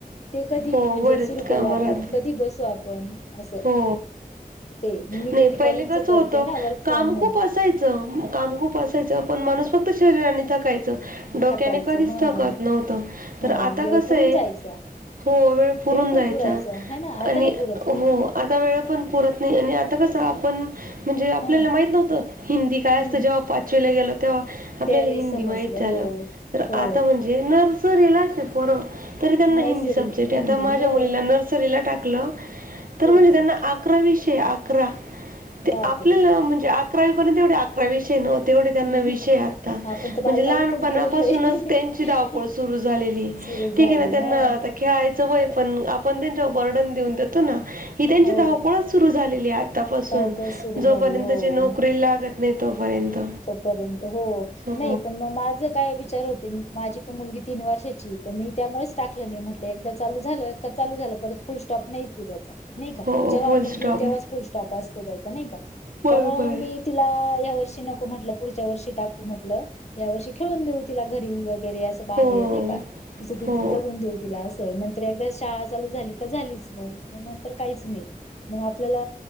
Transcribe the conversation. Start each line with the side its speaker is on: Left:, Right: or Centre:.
Left: ते कधी
Right: हो
Left: म्हणजे
Right: बरेच
Left: सुरू
Right: कामं
Left: करू आपण
Right: राहतात
Left: कधी बसू आपण असं
Right: हो
Left: ते मी
Right: नाही
Left: टेलिकॉलिंगच
Right: पहिले कस
Left: करते
Right: होतं
Left: ना वर्क फ्रॉम
Right: काम
Left: होम
Right: खूप असायचं काम खूप असायचं पण माणूस फक्त शरीरानी थकायच डोक्याने
Left: थकायचं
Right: कधीच
Left: ह
Right: थकत नव्हतं तर
Left: होय
Right: आता
Left: वेळ
Right: कसं
Left: पुरून
Right: आहे
Left: जायचा
Right: हो वेळ पुरून
Left: पण
Right: जायचा
Left: पुरायचा आहे ना आता
Right: आणि
Left: नाही पुरत
Right: हो
Left: वेळ
Right: आता वेळ पण पुरत नाही आणि आता कसं आपण म्हणजे आपल्याला
Left: ह
Right: माहित नव्हतं हिंदी काय असतं
Left: हम्म
Right: जेव्हा पाचवीला गेलो तेव्हा आपल्याला
Left: त्यावेेळेस
Right: हिंदी
Left: समजलं
Right: माहित झालं
Left: हो
Right: तर
Left: हो
Right: आता म्हणजे नर्सरीलाच ही पोरं तरी त्यांना
Left: नर्सरी
Right: हिंदी सब्जेक्ट
Left: हिंदी
Right: आहेत माझ्या
Left: हो
Right: मुलीला नर्सरीला टाकलं तर
Left: हो
Right: म्हणजे
Left: का
Right: त्यांना अकरा विषय अकरा ते
Left: बापरे
Right: आपल्याला म्हणजे अकरावीपर्यंत एवढ अकरा विषय नवते तेवढे त्यांना
Left: हम्
Right: विषय
Left: हम
Right: आता
Left: आपण तर बालवाडीतच
Right: म्हणजे लहानपणापासूनच
Left: गेलेलो आहे
Right: त्यांची धावपळ सुरू झालेली
Left: सुरू झाली
Right: ठीक आहे ना त्यांना
Left: हा
Right: आता खेळायचं वय पण आपण त्यांच्यावर बर्डन देऊन देतो ना ही त्यांची
Left: हो
Right: धावपळच सुरू झालेली आहे आतापासून
Left: धावपळ सुरू
Right: जोपर्यंतची
Left: झाली हो
Right: नोकरीला लागत नाही तोपर्यंत
Left: तोपर्यंत हो
Right: हो
Left: नाही पण मग माझ काय विचार होते माझी मुलगी तीन वर्षाची तर मी त्यामुळेच टाकलं नाही म्हटलं एकदा चालू झालं चालू झालं परत फुल स्टॉप नाहीच की त्याचा नाही का
Right: हो
Left: जेव्हा
Right: फुल
Left: आपण
Right: स्टॉप
Left: घेऊ तेव्हाच फुल स्टॉप असतो त्याचा नाही का
Right: बरोबर
Left: त्यामुळे म मी तिला या वर्षी नको म्हटल पुढच्या वर्षी टाकू म्हटलं या वर्षी खेळून देऊ तिला घरी वगैरे असं
Right: हो
Left: बाहेर नाही का तिचं तिचं
Right: हो
Left: जगून देऊ तिला असं नंतर एकदा शाळा चालू झाली का झालीच मग मग नंतर काहीच नाही मग आपल्याला